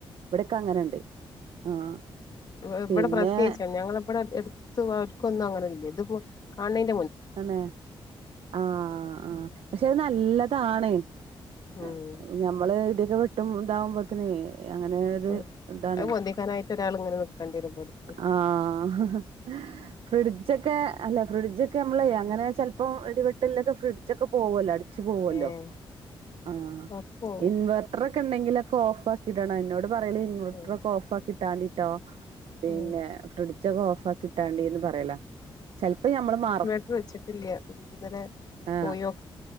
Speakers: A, on the right; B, on the left.
A: ഇവിടെക്കെ അങ്ങനണ്ട് ആഹ്
B: ഇബ ഇബടെ
A: പിന്നെ
B: പ്രത്യേകിച്ചാണ് ഞങ്ങളെ ഇബടെ എടുത്ത് ആർക്കൊന്നും അങ്ങനെ ഇല്ല ഇത് <unintelligible> കാൺനേൻ
A: ആണ് ആ ആ പക്ഷെത് നല്ലതാണ് ഏഹ്
B: ഉം
A: ഞമ്മള് <unintelligible> വെട്ടും ഇതാവുമ്പത്തെനേ അങ്ങനെ ഒരു
B: ഉം
A: ഇതാണ്
B: അത് പൊന്തിക്കാനായിട്ട് ഒരാൾ ഇങ്ങനെ നിക്കേണ്ടി വരും ഇവിടുത്ത്
A: ആഹ് ഫ്രിഡ്ജൊക്കെ അല്ല ഫ്രിഡ്ജ് ക്ക്‌ നമ്മള അങ്ങനെ ചെലപ്പോ ഇടിവെട്ടലിലൊക്കെ ഫ്രിഡ്ജൊക്കെ പോകോലോ അടി ച്ചുപോവോലോ
B: ഏഹ്
A: ആഹ്‌
B: അതൊക്കെ പോകും
A: ഇൻവെർട്ടർക്കെ ഉണ്ടെങ്കില ഒക്ക ഓഫക്കിടാണ് എന്നോട് പറയെല് ഇൻവെർട്ടരൊക്കെ
B: ഏഹ്
A: ഓഫ് ആക്കി ട്ടണിട്ടോ പിന്നെ
B: ഉം
A: ഫ്രി ഉച്ചക് ഓഫ് ആക്കി ഇട്ടാണ്ടിന്ന് പറയല ചെലപ്പോ ഞമ്മള് മാറ
B: ഇന്ന് വെച്ചിട്ടില്യ ഇന്നലെ
A: ആഹ്
B: പോയോ